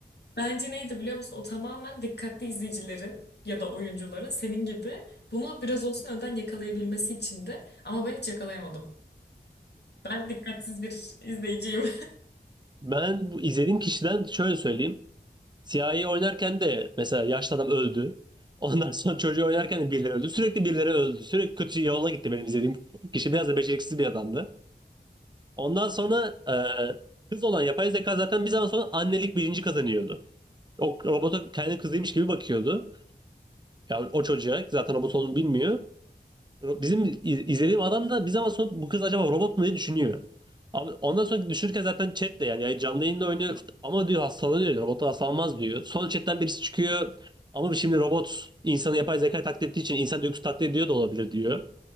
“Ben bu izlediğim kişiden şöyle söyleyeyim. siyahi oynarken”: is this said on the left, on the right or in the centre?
Right